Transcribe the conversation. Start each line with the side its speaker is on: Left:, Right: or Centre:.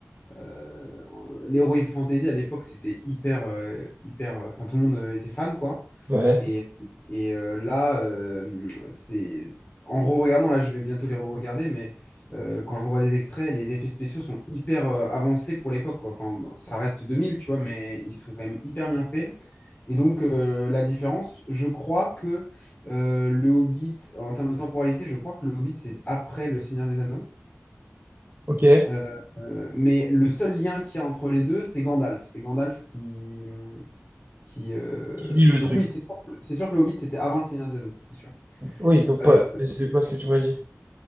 Left: Euh, l'Heroic Fantasy à l'époque, c'était hyper, euh, hyper. euh, Enfin, tout le monde euh, était fan, quoi.
Right: ouais.
Left: Et, et euh, là, euh, c'est. En re-regardant, là, je vais bientôt les re-regarder, mais euh, quand je revois des extraits, les effets spéciaux sont hyper euh, avancés pour l'époque, quoi. Enfin, bon, ça reste 2000, tu vois, mais ils sont quand même hyper bien faits. Et donc, euh, la différence, je crois que euh, le Hobbit, en termes de temporalité, je crois que le Hobbit, c'est après Le Seigneur des Anneaux.
Right: Ok.
Left: Euh, euh, mais le seul lien qu'il y a entre les deux, c'est Gandalf. C'est Gandalf qui... hum, qui euh,
Right: qui lit le truc.
Left: Donc oui, c'est sûr, c'est sûr que le Hobbit, c'était avant le Seigneur des Anneaux, c'est sûr.
Right: Oui, donc
Left: Euh,
Right: pas, c'est pas ce que tu m'as dit.